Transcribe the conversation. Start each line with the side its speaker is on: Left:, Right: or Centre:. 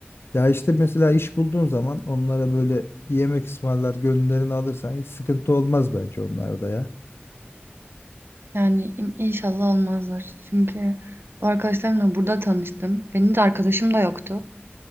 Left: Ya işte mesela iş bulduğun zaman onlara böyle bir yemek ısmarlar, gönüllerini alırsan hiç sıkıntı olmaz bence onlarda ya.
Right: Yani im- inşallah olmazlar. Çünkü bu arkadaşlarımla burada tanıştım. Benim de arkadaşım da yoktu.